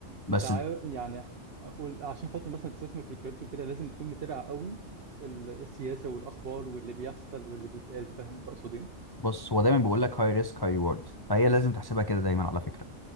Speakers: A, on the left; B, on the right.
A: بس
B: انت عاو يعني أقول- عشان خاطر مثلا تستثمر في الكريبتو كده لازم تكون متابع قوي ال- السياسه والاخبار واللي بيحصل واللي بيتقال فاهم انت اقصد ايه
A: بص هو دايما بيقول لك هاي ريسك هاي ريورد فهي لازم تحسبها كده دايما على فكره